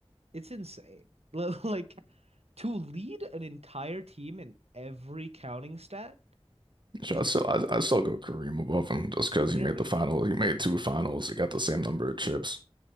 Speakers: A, on the right (about 80°); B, on the right (about 50°).
A: it's insane. <laughs> Like to lead an entire team in every counting stat
B: So
A: is
B: I still, I, I still go Kareem above him just because
A: really.
B: he made the final. He made two finals. He got the same number of chips.